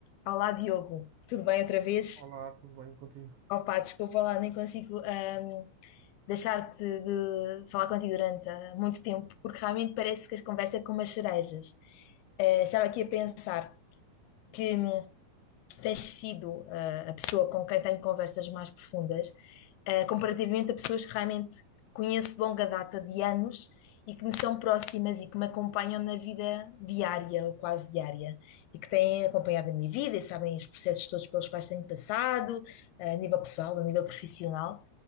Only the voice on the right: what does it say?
Olá, tudo bem contigo?